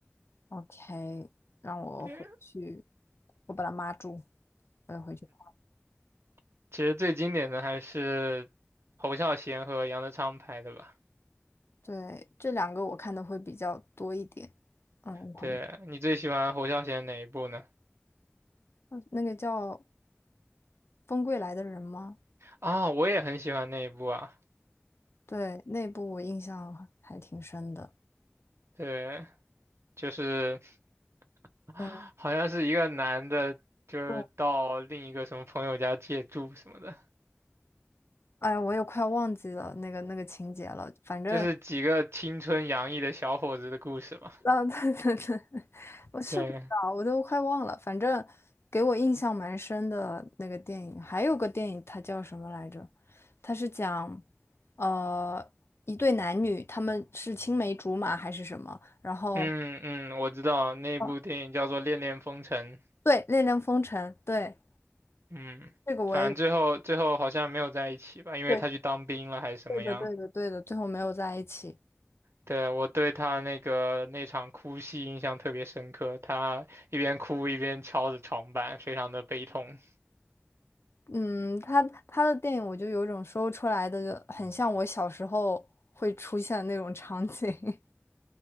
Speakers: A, on the left; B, on the right.
A: ，OK，让我回去，
B: 对，
A: 我把它码住，我要回去看
B: <laughs> 其实最经典的还是侯孝贤和杨德昌拍的吧。
A: 对，这两个我看的会比较多一点。嗯，旁边
B: 对，你最喜欢侯孝贤哪一部呢？
A: 嗯那个叫《风归来的人》吗？
B: 啊，我也很喜欢那一部啊。
A: 对，那部我印象还挺深的。
B: 对，就是。<laughs>
A: 嗯，
B: 好像是一个男的，就是到另一个什么朋友家借住什么的，
A: 对，哎呀，我也快忘记了那个那个情节了。反正
B: 就是几个青春洋溢的小伙子的故事吧。
A: 啊，对 <laughs> 对对，我是不知道，
B: 对，
A: 我都快忘了。反正给我印象蛮深的那个电影，还有个电影，它叫什么来着？它是讲，呃，一对男女，他们是青梅竹马还是什么？然后，
B: 嗯嗯，我知道那部电影叫做《恋恋风尘》，
A: 哦对，《恋恋风尘》，对，
B: 嗯，
A: 这个我也有，
B: 反正最后最后好像没有在一起吧，因为他去当兵了还是什么样。
A: 对，对的，对的，对的，最后没有在一起。
B: 对，我对他那个那场哭戏印象特别深刻，他一边哭一边敲着床板，非常的悲痛。
A: 嗯，他他的电影，我就有种说不出来的，很像我小时候会出现的那种场景。<laughs>